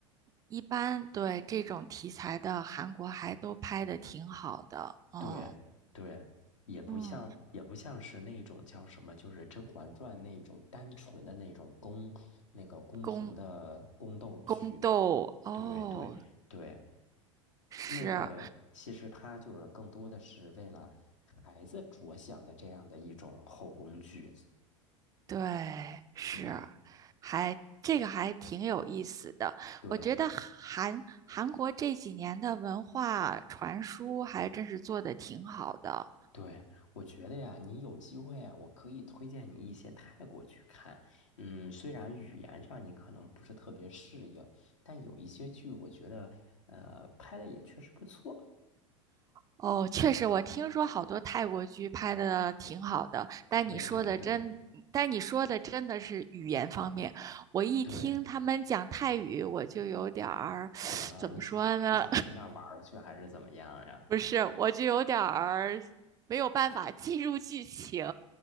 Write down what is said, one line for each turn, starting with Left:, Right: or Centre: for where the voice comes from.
Right: 一般对这种题材的韩国还都拍的挺好的，嗯。
Left: 对对，也不像也不像是那种叫什么，
Right: 嗯。
Left: 就是《甄嬛传》那种单纯的那种宫那个宫廷的宫斗剧。
Right: 宫宫斗哦，
Left: 对对对，
Right: 是，
Left: 那个其实他就是更多的是为了孩子着想的这样的一种后宫剧。
Right: 对，是，
Left: 嗯，
Right: 还这个还挺有意思的。
Left: 对。
Right: 我觉得韩韩国这几年的文化传输还真是做的挺好的。
Left: 对，我觉得呀，你有机会啊，我可以推荐你一些泰国去看。嗯，虽然语言上你可能不是特别适应，但有一些剧我觉得，呃，拍的也确实不错。
Right: 哦，确实，我听说好多泰国剧拍的挺好的，但你说的真，
Left: 对对对
Right: 但你说的真的是语言方面，我一听他们讲泰语，
Left: 对，
Right: 我就有点儿，<sniffs>
Left: 怎么了？
Right: <sucks teeth> 怎么说呢？
Left: 你想你想去那儿玩儿去，还是怎么样呀？
Right: 不是，我就有点儿没有办法进入剧情，